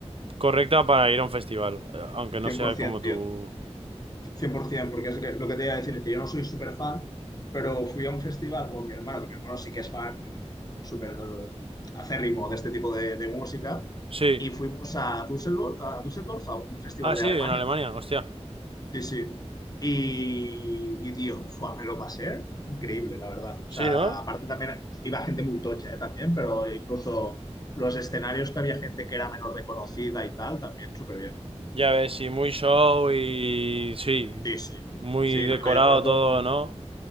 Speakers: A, on the right; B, on the left.
A: correcta para ir a un festival, eh, aunque no
B: 100%,
A: sea como
B: tío.
A: tu...
B: 100%, porque es que- lo que te iba a decir es que yo no soy súper fan, pero fui a un festival con mi hermano, que mi hermano sí que es fan súper acérrimo de este tipo de, de música,
A: Sí.
B: y fuimos a Düsseldorf, a Düsseldorf, a un festival
A: Ah,
B: de
A: sí,
B: Alemania.
A: en Alemania, hostia.
B: Sí, sí. Y, y, tío, fua, me lo pasé increíble, la verdad. O
A: Sí,
B: sea,
A: ¿no?
B: aparte también iba gente muy tocha, eh, también, pero incluso los escenarios que había gente que era menos reconocida y tal, también súper bien.
A: Ya ves, sí, muy show y... Sí,
B: Sí, sí.
A: muy
B: Sí,
A: decorado
B: no, de acuerdo
A: todo, ¿no?